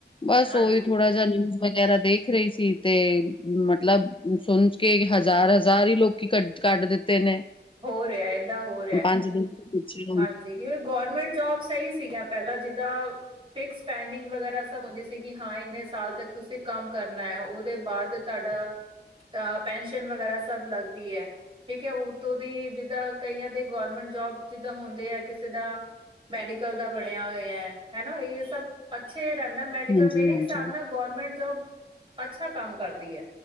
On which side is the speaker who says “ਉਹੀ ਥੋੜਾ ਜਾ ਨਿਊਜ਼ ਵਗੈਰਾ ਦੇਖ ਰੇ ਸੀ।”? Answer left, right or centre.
Left